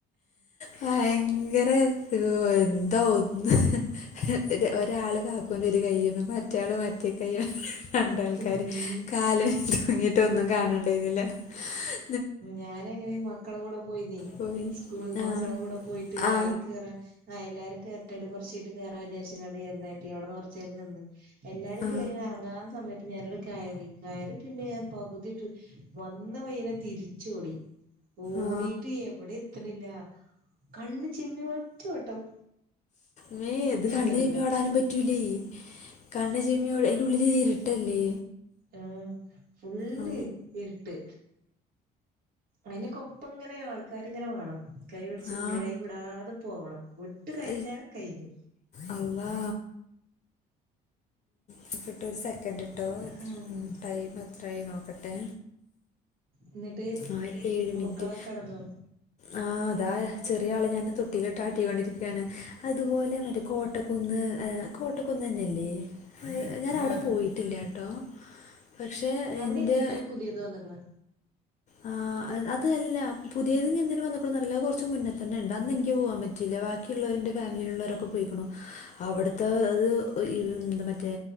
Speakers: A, on the left; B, on the right.
A: ഭയങ്കര ഇത് ഒന്ന് ഒരാള് കാക്കൂന്റെ ഒരു കയ്യിലും മറ്റ് റ്റാള് മറ്റേ കയ്യിലും രണ്ട് ആൾക്കാര്
B: ഉം
A: കാല് തൂങ്ങിട്ടൊന്നും കാണ് ണ്ടേര്ന്നില്ല <inaudible>
B: ഞാന എങ്ങനെ മക്കള കൂടെ പോയിന്നേ
A: പോയി
B: സ്കൂളിൽന്ന് മക്കള
A: ആ
B: കൂടെ പോയിട്ട്
A: ആ
B: അയിൽ കേയറാൻ ആഹ എല്ലാരും കേറട്ടെങ്ങട്ട് കൊറച്ച് കൈച്ചീട്ട് കേറാ വിചാരിച്ചുങ്ങണ്ട് എന്താട്ടി അവിടെ കുറചേരം നിന്ന് എല്ലാരും
A: ആ
B: കയറിങ്ങനെ ഇറങ്ങാ സമയത്ത് ഞാനങ്ങട് കയറി കയറി പിന്നെ ഞാൻ പകുതി വന്ന വയനെ തിരിചോടി ഒടിട്ട്
A: ആ
B: എവിടെ എത്തണില്ല കണ്ണ് ചിമ്മി ഒറ്റ ഓട്ടം
A: മീ ഇത്
B: ഇനി
A: കണ്ണ്
B: കേറൂല
A: ചിമ്മി ഓടാനും പറ്റൂലേ കണ്ണ് ചിമിയോടിയ അതിന്റെ ഉള്ളിൽ ഇരുട്ടല്ലേ
B: ആഹ് ഫുള്ള്
A: ആ
B: ഇരുട്ട് അയിന് കൊപ്പം ഇങ്ങനെ ആൾ ആക്കരിങ്ങനെ വേണം കൈ പിടിച്ച്
A: ആ
B: കൈ വിടാതെ പോകണം വിട്ട് കഴിഞ്ഞാ
A: ഏ,
B: കഴിഞ്ഞു
A: അള്ളാ നിക്ക്ട്ടോ ഒരു സക്കണ്ട് ട്ടോ
B: ആഹ്
A: ടൈം എത്രായി നോക്കട്ടെ
B: എന്നിട്ട്
A: ആ ഏഴ് മിനിറ്റ്
B: മക്കളെക്കെ കെടന്നോ
A: ആ താ ചെറിയ ആള് ഞാൻ തൊട്ടിലിട്ട് ആട്ടികോണ്ടിരികാണ് അതുപോലെ മറ്റ കോട്ടക്കുന്ന് കോട്ടക്കുന്നന്നെല്ലേ ഞാനവിടെ
B: ആഹ്
A: പോയിട്ടില്ല ട്ടോ പക്ഷേ
B: അവിടെ
A: എൻ്റെ
B: എന്തൊക്കെയോ പുതിയത് വന്ന്ക്ക്ണ്
A: ആ അതല്ല പുതിയത് ഞ്ഞി എന്തിന് വന്നകണ് എന്ന് അറിയില്ല കുറച്ച് മുന്നേ തന്നെ ഉണ്ട് അന്ന് എനിക്ക് പോവാൻ പറ്റയില്ല ബാക്കിയുള്ളവറ് എൻ്റെ ഫാമിലിയിലോരക്കെ പോയിക്കണു അവിടുത്തെ അത് മറ്റേ